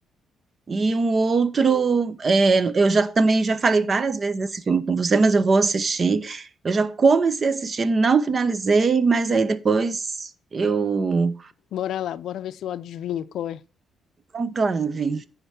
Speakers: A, on the right; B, on the left.
A: E um outro, é, eu já também já falei várias vezes desse filme com você, mas eu vou assistir. Eu já comecei a assistir, não finalizei, mas aí depois eu
B: Bora lá, bora ver se eu adivinho qual é.
A: conclave.